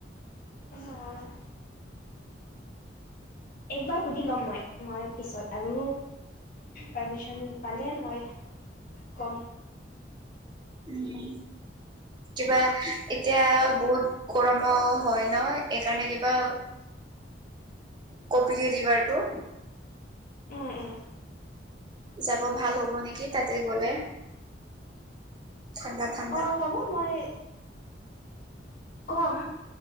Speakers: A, on the left; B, on the right.
A: অ'। একবাৰ সুধি ল'ম মই, মই পিছত আৰু পাৰ্মিশ্যন পালে মই কম।
B: উম, কিবা এতিয়া বহুত গৰমো হয় ন' এইকাৰণে কিবা কপিলী ৰিভাৰটো
A: উম
B: যাব ভাল হ'ব নেকি? তাতে গ'লে। ঠাণ্ডা ঠাণ্ডা
A: অ' হ'ব মই কম